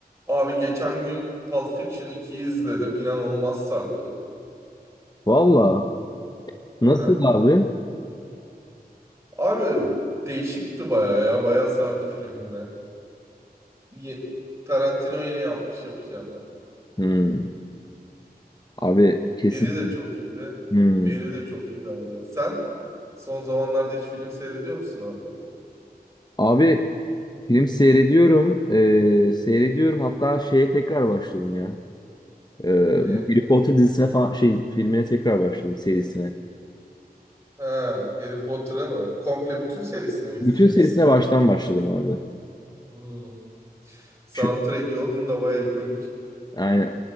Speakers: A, on the right; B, on the left.
A: Abi geçen gün Pulp Fiction 2'yi izledim. İnanılmaz sardı beni.
B: Valla.
A: Hı
B: Nasıl
A: hı.
B: abi?
A: Abi değişikti baya ya. Baya sardı film beni. Ye- Tarantino yine yapmış yapacağını.
B: Hmm. Abi kesin.
A: Biri de çok iyiydi.
B: Hmm.
A: Biri de çok iyiydi abi. Sen son zamanlarda hiç film seyrediyor musun abi?
B: Abi film seyrediyorum. Ee, seyrediyorum. Hatta şeye tekrar başladım ya. Ee,
A: Ne?
B: bu Harry Potter dizisine falan şey filmine tekrar başladım serisine.
A: Ha, Harry Potter'ı mı? Komple bütün serisini mi izleyeceksin?
B: Bütün serisine baştan başladım abi.
A: Hmm. Soundtrack'i
B: Şu,
A: onun da baya ikonik.
B: yani